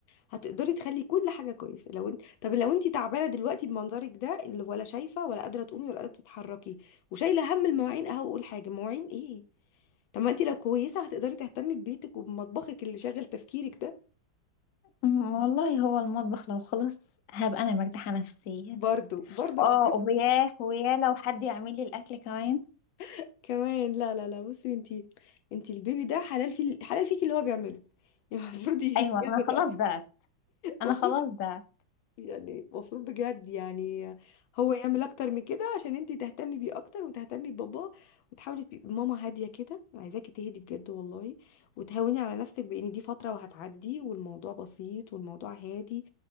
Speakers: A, on the left; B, on the left.
A: هتقدري تخلي كل حاجه كويسه لو انت طب لو انت تعبانه دلوقتي بمنظرك ده اللي ولا شايفه ولا قادره تقومي ولا قادره تتحركي وشايله هم المواعين اهو اقول حاجه مواعين ايه طب ما انت لو كويسه هتقدري تهتمي ببيتك وبمطبخك اللي شاغل تفكيرك ده
B: أمم، والله هو المطبخ لو خلص هبقى أنا مرتاحة نفسيا
A: برضو برضو
B: اه وياه وياه لو حد يعمل لي الأكل كمان
A: <laughs> كمان لا لا لا بصي انت انت البيبي ده حلال في حلال فيكي اللي هو بيعمله <laughs> يعني المفروض ياخد
B: أيوة أنا خلاص بعت أنا
A: وقت
B: خلاص
A: <laughs>
B: بعت
A: يعني المفروض بجد يعني هو يعمل اكتر من كده عشان انتي تهتمي بيه اكتر وتهتمي بباباه وتحاولي تبقي ماما هاديه كده أنا عايزاكي تهدي بجد والله وتهوني على نفسك بان دي فتره وهتعدي والموضوع بسيط والموضوع هادي